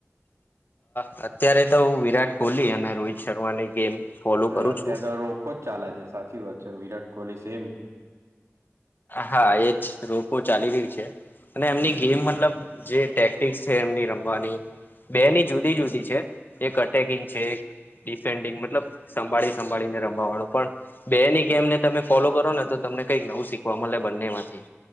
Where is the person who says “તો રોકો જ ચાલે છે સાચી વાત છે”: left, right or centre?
Right